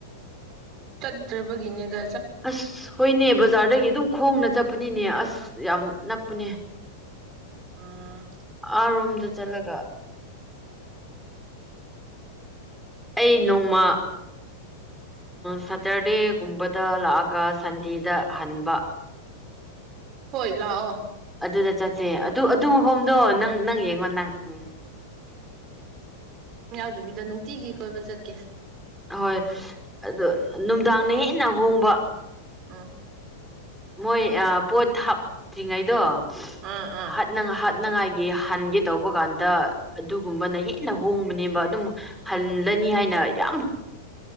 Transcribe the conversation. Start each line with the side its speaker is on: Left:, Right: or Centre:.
Right: ꯇꯗ꯭ꯔ ꯒꯅꯦꯗ
Centre: ꯑꯁ ꯍꯣꯏꯅꯦ ꯕꯖꯥꯔꯗꯒꯤ ꯑꯗꯨꯝ ꯈꯣꯡꯅ ꯆꯠꯄꯅꯤꯅꯦ ꯑꯁ ꯌꯥꯝ ꯅꯛꯄꯅꯦ
Right: ꯎꯝ
Centre: ꯑꯔꯣꯝꯗ ꯆꯠꯂꯒ ꯑꯩ ꯅꯣꯡꯃ ꯁꯇꯔꯗꯦꯒꯨꯝꯕꯗ ꯂꯥꯛꯑꯒ ꯁꯟꯗꯦꯗ ꯍꯟꯕ
Right: ꯍꯣꯏ ꯂꯥꯛꯑꯣ
Centre: ꯑꯗꯨꯗ ꯆꯠꯁꯦ ꯑꯗꯨ ꯑꯗꯨ ꯃꯐꯝꯗꯣ ꯅꯪ ꯅꯪ ꯌꯦꯡꯉꯣ ꯅꯪ ꯎꯝ
Right: ꯗꯕꯤꯗ ꯅꯨꯡꯇꯤꯒꯤ ꯀꯣꯏꯕ ꯆꯠꯀꯦ
Centre: ꯍꯣꯏ ꯑꯣ ꯅꯨꯡꯗꯥꯡꯅ ꯍꯦꯟꯅꯍꯣꯡꯕ
Right: ꯑꯥ
Centre: ꯃꯣꯏ ꯑ ꯄꯣꯠ ꯍꯥꯞꯇ꯭ꯔꯤꯉꯩꯗꯣ
Right: ꯑꯥ ꯑꯥ
Centre: ꯍꯥꯠ ꯍꯥꯠꯅꯉꯥꯏꯒꯤ ꯍꯟꯒꯦ ꯇꯧꯕ ꯀꯥꯟꯗ ꯑꯗꯨꯒꯨꯝꯕꯅ ꯍꯦꯟꯅ ꯍꯣꯡꯕꯅꯦꯕ ꯑꯗꯨꯝ ꯍꯂꯅꯤ ꯍꯥꯏ ꯊ